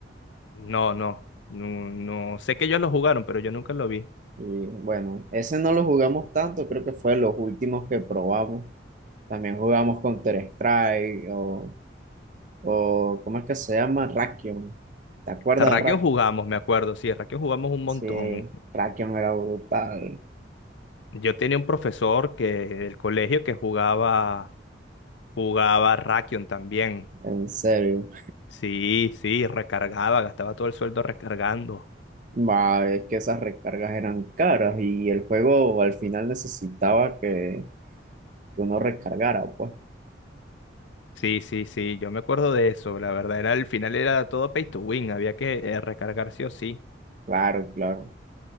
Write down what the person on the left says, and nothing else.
No, no, no, no. Sé que ellos lo jugaron, pero yo nunca lo vi.
Rakion
jugamos, me acuerdo, sí, Rakion jugamos un montón.
Yo tenía un profesor que del colegio que jugaba, jugaba Rakion también.
Sí, sí, recargaba, gastaba todo el sueldo recargando.
Sí, sí, sí, yo me acuerdo de eso, la verdad, era al final era todo pay to win, había que eh, recargar sí o sí.